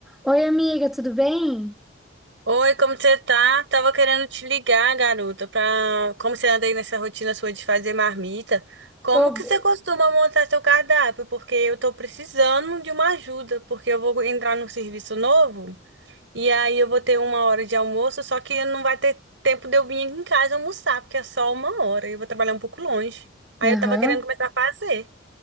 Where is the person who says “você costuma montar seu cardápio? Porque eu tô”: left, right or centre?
Right